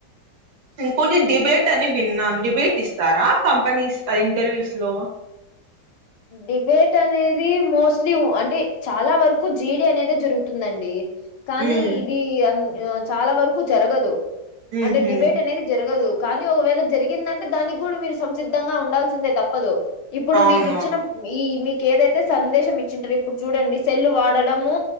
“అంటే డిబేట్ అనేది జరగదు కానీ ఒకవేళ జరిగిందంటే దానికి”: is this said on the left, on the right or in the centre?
Left